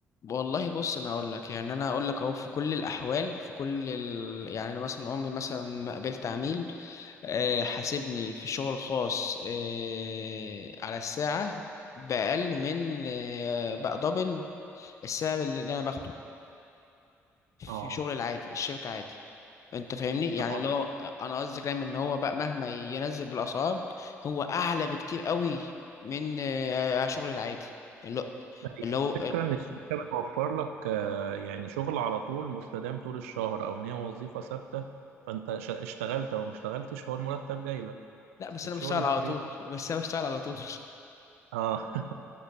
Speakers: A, on the left; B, on the right.
A: والله بص انا اقول لك يعني انا اقول لك اهو في كل الاحوال في كل ال... يعني انا مثلا عمري مثلا ما قابلت عميل آه، حاسبني في الشغل الخاص آه، على الساعه باقل من آه، بقى دبل السعر اللي انا باخده في
B: اه
A: شغل العادي الشركه عادي انت فاهمني يعني
B: اه
A: اللي هو انا قصدي كلام ان هو بقى مهما ينزل بالاسعار هو اعلى بكتير قوي من آه، شغل العادي اللي هو
B: هي
A: اللي
B: الفكرة
A: هو
B: إن الشركة بتوفر لك آه، يعني شغل على طول مستدام طول الشهر أو إن هي وظيفة ثابتة فأنت ش- اشتغلت أو ما اشتغلتش هو المرتب جاي لك
A: لا
B: بس
A: بس
B: الشغل
A: انا بشتغل
B: الفريلانسر
A: على طول بس
B: ده
A: انا بشتغل على طول
B: آه <laughs>